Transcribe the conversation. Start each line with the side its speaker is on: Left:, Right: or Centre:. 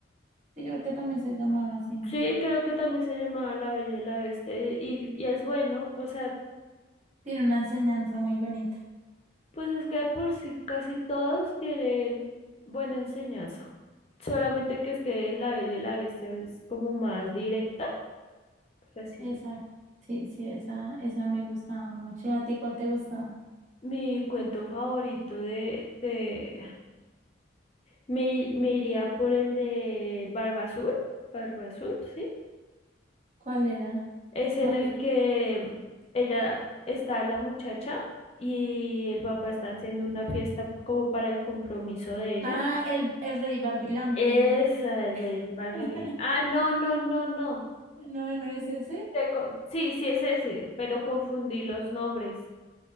Right: Sí, creo que también se llamaba así.
Left: Sí, creo que también se llamaba La Bella y la Bestia y, y es bueno, o sea,
Right: Tiene una enseñanza muy bonita.
Left: Pues es que de por sí casi todos tienen buena enseñanza. Solamente que es que La Bella y la Bestia es como más directa, por así.
Right: Esa, sí, sí, esa, esa me gustaba mucho. ¿Y a ti cuál te gustaba?
Left: Mi cuento favorito de, de me, me iría por el de Barba Azul, Barba Azul, sí.
Right: ¿Cuál era?
Left: Es en
Right: ¿Cuál-
Left: el que ella está la muchacha y el papá está haciendo una fiesta como para el compromiso de ella.
Right: Ah, el, el Rey Barbilampiño.
Left: Esa es Barley.
Right: <laughs>
Left: Ah, no, no, no, no.
Right: No, no es ese.
Left: te co- sí, sí es ese, pero confundí los nombres.